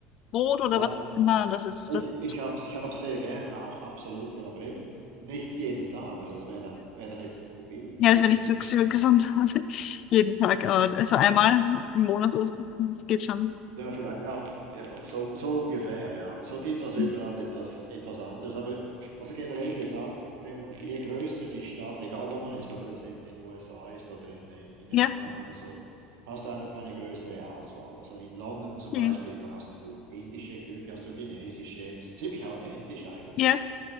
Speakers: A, on the left; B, on the right.
A: Brot oder
B: ja.
A: was immer. Das ist
B: Ich,
A: das.
B: ich habe ich hab sehr gerne, auch absolut, aber eben nicht jeden Tag. Also es wäre dann, wär dann etwas zu viel, ist
A: Ja,
B: nicht
A: das
B: unbedingt
A: wäre nicht so
B: gesund.
A: so gesund. Also <laughs> jeden Tag, aber also einmal im Monat oder so. Das geht schon.
B: Ja, vielleicht, ja, ja so, so ungefähr, ja. So gibt es also
A: Ja,
B: überall etwas, etwas anderes. Aber also generell gesagt, wenn man, je größer die Stadt, egal wo man ist, ob es in den USA ist oder in, in, in
A: ja,
B: England oder so, hast du einfach eine größere Auswahl. Also in London zum
A: ja.
B: Beispiel, da hast du indische Küche, hast du chinesische, das ist ziemlich authentisch eigentlich.
A: ja.